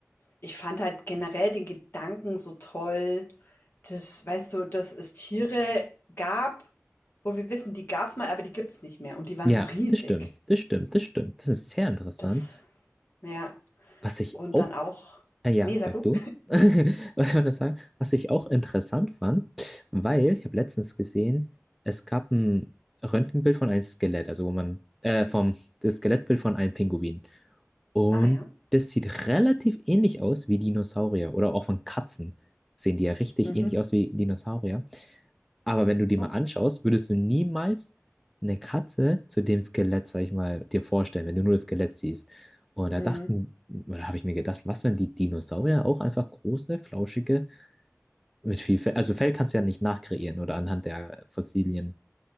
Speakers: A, on the left; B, in the centre.
A: ich fand halt generell den Gedanken so toll, Das weißt du, dass es Tiere gab, wo wir wissen, die gab's mal, aber die gibt's nicht mehr und die waren
B: Ja,
A: so riesig.
B: das stimmt, das stimmt, das stimmt. Das ist sehr interessant.
A: Das ja,
B: Was ich
A: und
B: auch,
A: dann auch
B: ah ja,
A: ne, sag
B: sag
A: du.
B: du, <laughs> was soll das sagen? Was ich auch interessant fand, weil ich habe letztens gesehen, es gab ein Röntgenbild von einem Skelett, also wo man, äh, vom, das Skelettbild von einem Pinguin. Und
A: Ah ja.
B: das sieht relativ ähnlich aus wie Dinosaurier oder auch von Katzen. Sehen die ja richtig
A: Mhm.
B: ähnlich aus wie Dinosaurier. Aber wenn du die
A: Oh.
B: mal anschaust, würdest du niemals eine Katze zu dem Skelett, sag ich mal, dir vorstellen, wenn du nur das Skelett siehst. Und da
A: Mhm.
B: dachten, oder habe ich mir gedacht, was, wenn die Dinosaurier auch einfach große, flauschige, mit viel Fell, also Fell kannst du ja nicht nachkreieren oder anhand der Fossilien,